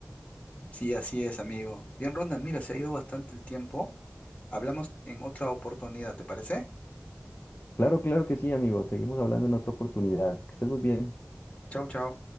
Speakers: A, on the left (about 30°); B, on the left (about 45°).
A: Sí, así es, amigo. Bien, Ronald, mira, se ha ido bastante el tiempo. Hablamos en otra oportunidad, ¿te parece?
B: Claro, claro que sí, amigo. Seguimos hablando en otra oportunidad. Que estés muy bien.
A: Chau, chau.